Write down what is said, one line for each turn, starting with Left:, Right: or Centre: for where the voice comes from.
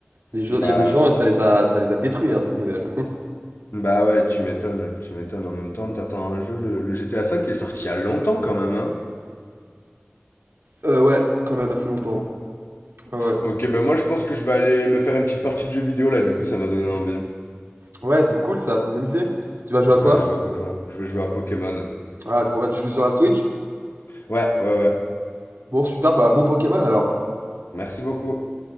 Right: Les gens-
Left: Bah,
Right: Il y a des gens
Left: fr-
Right: et ça les a, ça les a détruits, hein, cette nouvelle. <laughs>
Left: bah ouais, tu m'étonnes, tu m'étonnes. En même temps, t'attends un jeu, le, le GTA 5 qui est sorti il y a longtemps quand même, hein.
Right: Euh, ouais, quand même assez longtemps. Ah ouais.
Left: Ok, bah moi je pense que je vais aller me faire une petite partie de jeu vidéo là, du coup ça m'a donné envie.
Right: Ouais, c'est cool ça, c'est une bonne idée. Tu vas jouer
Left: Je
Right: à quoi?
Left: vais aller jouer à Pokémon. Je vais jouer à Pokémon.
Right: Ah, trop bien, tu joues sur la Switch?
Left: Ouais, ouais, ouais.
Right: Bon, super, bah bon Pokémon alors.
Left: Merci beaucoup.